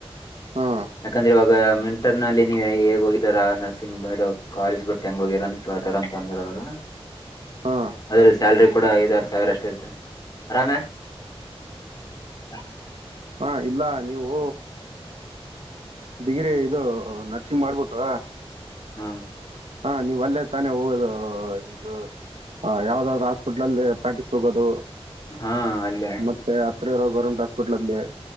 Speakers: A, on the right (about 80°); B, on the left (about 40°).
A: ಹಾ
B: ಯಾಕಂದ್ರೆ ಇವಾಗ ಮಿಂಟರ್ ನಲ್ಲಿ ನೀ ಹೇಗ್ ಹೋಗಿದ್ದಾರಾ ನರ್ಸ ಕಾಲೇಜ್ ಬಿಟ್ ಹೆಂಗ್ ಹೋಗಿರ ಕೇಳ್ತಾರ ಅಂತ ಅಂದ್ರ ಅವ್ರು
A: ಹಾ
B: ಅದ್ರ ಸ್ಯಾಲ್ರಿ ಕೂಡ ಐದ ಆರುು ಸಾವಿರ ಅಷ್ಟು ಇರ್ತದೆ ಆರಾಮೇ ಹ್ಮ್
A: ಹ ಇಲ್ಲ ನೀವು ಡಿಗ್ರಿ ಇದು ನರ್ಸಿಂಗ್ ಮಾಡ್ಬಿಟ್ಟು
B: ಹಾ
A: ಹಾ ನೀವ್ ಅಲ್ಲೇ ತಾನೇ ಹೋಗೋದು ಇದು ಯಾವ್ದಾದ್ರು ಹಾಸ್ಪಿಟ್ಲ್ ಅಲ್ಲ ಪ್ರಾಕ್ಟೀಸ್ ಹೋಗೋದು
B: ಹಾ ಅಲ್ಲೇ
A: ಮತ್ತೆ ಹತ್ರ ಇರ ಗೌರ್ಮೆಂಟ್ ಹಾಸ್ಪಿಟ್ಲ್ಲ್ಲಿ